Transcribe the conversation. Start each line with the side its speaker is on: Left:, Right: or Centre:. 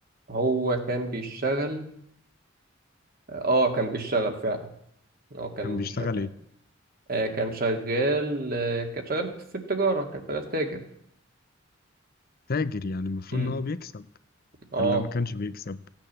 Right: هو كان بيشتغل اه كان بيشتغل فعلا هو كان
Left: كان بيشتغل
Right: شغال
Left: ايه؟
Right: آه، كان شغال آه، كان شغال في التجاره كان شغال تاجر
Left: تاجر يعني المفروض
Right: امم.
Left: ان هو بيكسب
Right: اه
Left: ولا ما كانش بيكسب؟